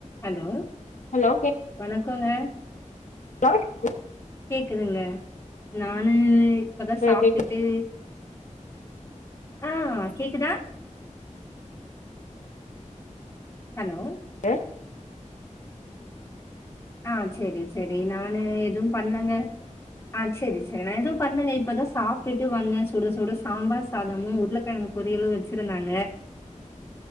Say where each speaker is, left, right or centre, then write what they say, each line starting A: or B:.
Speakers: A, on the left; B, on the left.
A: hello
B: hello
A: வணக்கொங்க
B: hello <unintelligible>
A: கேக்குதுங்க நானு இப்பதா சாப்ட்டுட்டு
B: கேக்குது
A: ஆ கேக்குதா ஹலோ
B: அ
A: ஆ செரி செரி நானு எதுவும் பண்லங்க ஆ செரி செரி நா எதுவும் பண்லேங்க இப்பதா சாப்பிட்டு வந்தே சுட சுட சாம்பார் சாதமு உருளக்கெழங்கு பொரியலு வெச்சிருந்தாங்க